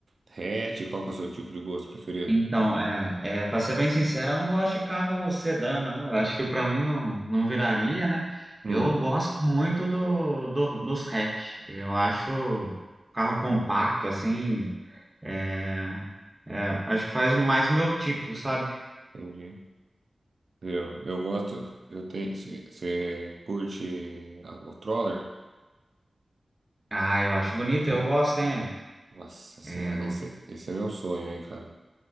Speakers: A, on the right (about 60°); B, on the right (about 20°).
A: hatch? Qual que é o seu tipo de gosto preferido?
B: Então, é, é, para ser bem sincero, eu não gosto de carro sedã, não. Eu acho que para mim não, não viraria, né?
A: Hum,
B: Eu gosto muito do, do- dos hatch. Eu acho carro compacto, assim. é, é, acho que faz mais o meu tipo, sabe?
A: entendi. Viu? Eu gosto. Eu tenho. Você curte a- o Troller?
B: Ah, eu acho bonito, eu gosto, hein?
A: Nossa senhora,
B: É,
A: esse, é, esse é meu sonho, hein, cara.